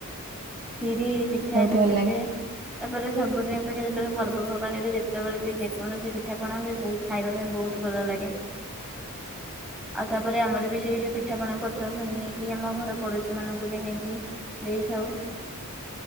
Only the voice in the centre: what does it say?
ବିରି ପିଠା
ଯୋଉ
କେତେ
ତାପରେ ସବୁଦିନ ଅପେକ୍ଷା ଯେତେବେଳେ ପର୍ବପର୍ବାଣିରେ ଯେତେବେଳେ ବି ଯେକୌଣସି ପିଠାପଣା ହୁଏ ବହୁତ ଖାଇବା ପାଇଁ ବହୁତ ଭଲ ଲାଗେ। ଆଉ ତାପରେ ଆମର ବି ସେଇ ଯୋଉ ପିଠାପଣା କରିଥାଉ ସେ ନେଇକି ଆମ ଘର ପଡୋଶୀ ମାନଙ୍କୁ ବି ନେଇକି ଦେଇଥାଉ।